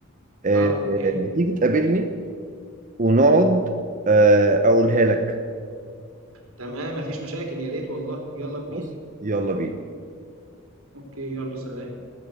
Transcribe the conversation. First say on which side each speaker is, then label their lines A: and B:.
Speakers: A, on the right; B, on the right.
A: آه
B: اه
A: آه،
B: ايه هي؟
A: ما تيجي تقابلني ونقعد آه اقولها لك
B: تمام مفيش مشاكل يا ريت والله يلا بينا
A: بص يلا بينا
B: اوكي يلا سلام